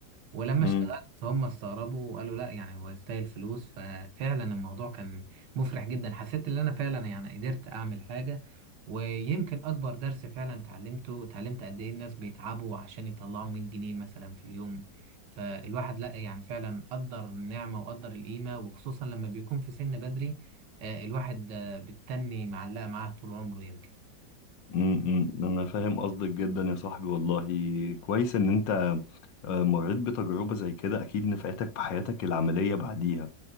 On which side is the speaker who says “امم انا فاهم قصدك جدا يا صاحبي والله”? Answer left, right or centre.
Left